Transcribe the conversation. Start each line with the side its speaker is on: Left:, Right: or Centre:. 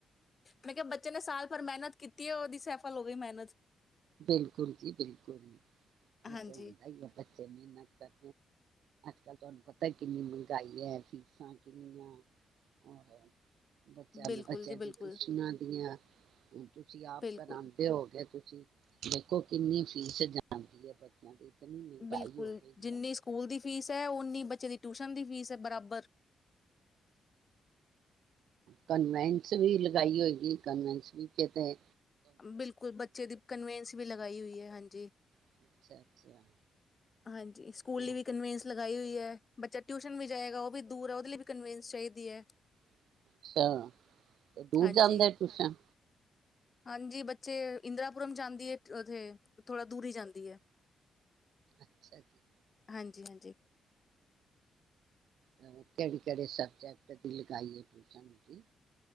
Left: ਮ ਕਿਹਾ ਬੱਚੇ ਨੇ ਸਾਲ ਭਰ ਮਿਹਨਤ ਕੀਤੀ ਉਹਦੀ ਸੈਫਲ ਹੋ ਗਈ ਮਿਹਨਤ
Right: ਬਿਲਕੁਲ ਜੀ ਬਿਲਕੁਲ ਜੀ
Left: ਹਾਂਜੀ
Right: ਇਹ ਤੇ ਹੁੰਦਾ ਹੀ ਆ ਬੱਚੇ ਮਿਹਨਤ ਅੱਜ ਕੱਲ੍ਹ ਤੁਹਾਨੂੰ ਪਤਾ ਕਿੰਨੀ ਮਹਿੰਗਾਈ ਹੈ, ਫੀਸਾਂ ਕਿੰਨੀਆਂ ਹੋਰ ਬੱਚਿਆਂ
Left: ਬਿਲਕੁਲ
Right: ਦੇ ਬੱਚਿਆਂ
Left: ਜੀ
Right: ਦੀ
Left: ਬਿਲਕੁਲ
Right: ਟਿਊਸ਼ਨ ਦੀਆਂ ਹਣ ਤੁਸੀਂ ਆਪ
Left: ਬਿਲਕੁਲ
Right: ਪਣਉਂਦੇ ਹੋਗੇ ਤੁਸੀਂ <unintelligible> ਦੇਖੋ ਕਿੰਨੀ ਫੀਸ ਜਾਂਦੀ ਹੈ ਬੱਚਿਆਂ ਦੀ ਇਤਨੀ ਮਹਿੰਗਾਈ
Left: ਬਿਲਕੁਲ
Right: ਹੋ ਗਈ
Left: ਜਿੰਨੀ
Right: ਹੈ
Left: ਸਕੂਲ ਦੀ ਫੀਸ ਹੈ ਓਨੀ ਬੱਚੇ ਦੀ ਟਿਊਸ਼ਨ ਦੀ ਫੀਸ ਹੈ ਬਰਾਬਰ
Right: ਕਨਵੈਂਸ ਵੀ ਲਗਾਈ ਹੋਏਗੀ ਕਨਵੈਸ ਵੀ ਕਿਤੇ
Left: ਬਿਲਕੁਲ ਬੱਚੇ ਦੀ ਕਨਵੈਨਸ ਵੀ ਲਗਾਈ ਹੋਈ ਹੈ ਹਾਂਜੀ
Right: ਅੱਛਾ ਅੱਛਾ ਹਾਂ
Left: ਹਾਂਜੀ ਸਕੂਲ ਲ
Right: ਹੋਲੀ
Left: ਵੀ ਕਨਵੈਨਸ ਲਗਾਈ ਹੋਈ ਹੈ ਬੱਚਾ ਟਿਊ ਵੀ ਜਾਏਗਾ ਉਹ ਵੀ ਦੂਰ ਆ ਦੇ ਲਈ ਵੀ ਕਵਨਸ ਚਾਹੀਦੀ ਹੈ
Right: ਹੈ ਅੱਛਾ ਦੂਰ
Left: ਹਾਂਜੀ
Right: ਜਾਂਦੇ ਟਊਸ਼ਨ
Left: ਹਾਂਜੀ ਬੱਚੇ ਇੰਦਰਾਪੁਰਮ ਜਾਂਦੀ ਹੈ ਉੱਥੇ ਥੋੜ੍ਹਾ ਦੂਰੀ ਹੀ ਜਾਂਦੀ ਹੈ
Right: ਅੱਛਾ ਜੀ
Left: ਹਾਂਜੀ ਹਾਂਜੀ
Right: ਕਿਹੜੇ ਕਿਹੜੇ ਸਬਜੈਕਟ ਦੀ ਲਗਾਈਏ ਟਿਊਸ਼ਨ ਦੀ